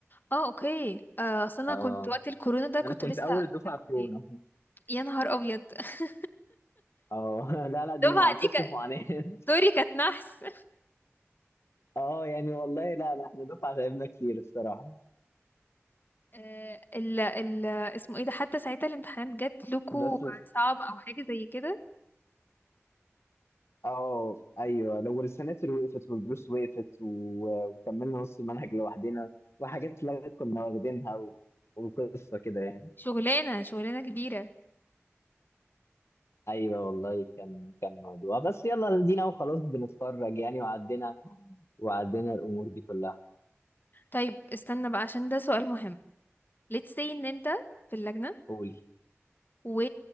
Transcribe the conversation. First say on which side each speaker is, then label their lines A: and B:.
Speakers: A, on the left (about 45°); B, on the left (about 65°).
A: اه اوكي آه، اصل انا
B: اه
A: كنت وقت الكورونا ده كنت
B: انا كنت
A: لسه
B: اول دفعه
A: في الكلية.
B: كورونا
A: يا نهار ابيض <laughs>
B: اه <laughs> لا لا دي
A: الدفعة
B: مع قصه
A: دي كانت
B: معاناه <laughs>
A: دوري كانت نحس
B: اه يعني والله لا لا احنا دفعه تعبنا كتير الصراحه
A: آه، ال ال اسمه ايه ده حتى ساعتها الامتحانات جات لكو
B: بس
A: صعبة او حاجة زي كده
B: اه ايوه لو السناتر وقفت والدروس وقفت و- وكملنا نص المنهج لوحدنا وحاجات اتلغت كنا واخدينها و... وقصه كده يعني
A: شغلانة شغلانة كبيرة
B: ايوه والله كان كان موضوع بس يلا دينا وخلاص بنتخرج يعني وعدينا وعدينا الامور دي كلها
A: طيب استنى بقى عشان ده سؤال مهم let's say ان انت في اللجنة
B: قولي
A: و